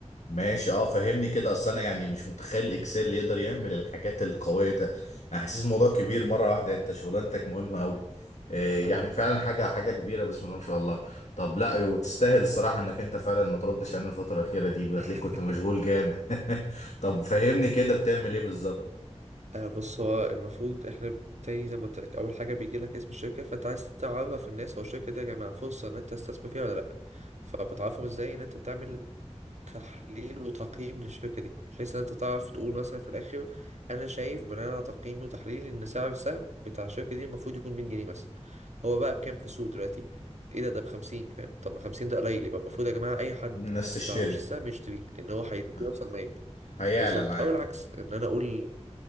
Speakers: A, on the left; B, on the right.
A: ماشي اه فهمني كده اصل انا يعني مش متخيل الاكسل اللي يقدر يعمل الحاجات القويه ده انا حاسس الموضوع كبير مره واحده انت شغلانتك مهمه قوي آه يعني
B: آه
A: فعلا حاجه حاجه كبيره بسم الله ما شاء الله طب لا وتستاهل الصراحه انك انت فعلا ما تردش علينا الفتره الاخيره دي بتلاقيك
B: <laughs>
A: كنت مشغول جامد <laughs> طب فهمني كده بتعمل ايه بالظبط
B: آه بص هو المفروض احنا تاني زي ما قلت لك اول حاجه بيجي لك اسم الشركه فانت عايز تعرف الناس هو الشركه دي يا جماعه فرصه ان انت تستثمر فيها ولا لا فبتعرفهم ازاي ان انت بتعمل تحليل وتقييم للشركة دي بحيث ان انت تعرف تقول مثلا في الاخر انا شايف بناء على تقييمي وتحليلي ان سعر السهم بتاع الشركة دي المفروض يكون 100 جنيه مثلا هو بقى بكام في السوق دلوقتي ايه ده ده ب 50 فاهم طب ما 50 ده قليل يبقى المفروض يا جماعة اي حد
A: الناس تشتري
B: معهوش السهم يشتريه لان هو هيزيد
A: آه،
B: يوصل 100
A: هيعلى
B: بالظبط
A: معايا
B: او العكس ان انا اقول